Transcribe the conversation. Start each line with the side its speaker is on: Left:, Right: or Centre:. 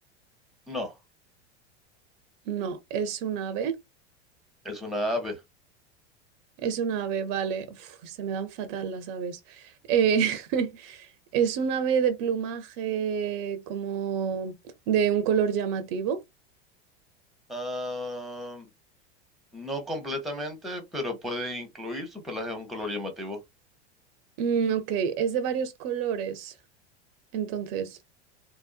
Centre: no.
Right: No, es un ave.
Centre: Es una ave.
Right: Es un ave, vale. Uf, se me dan fatal las aves. Eh, <laughs> es un ave de plumaje como de un color llamativo.
Centre: Ah, no completamente, pero puede incluir su pelaje a un color llamativo.
Right: Mm, ok, es de varios colores. Entonces,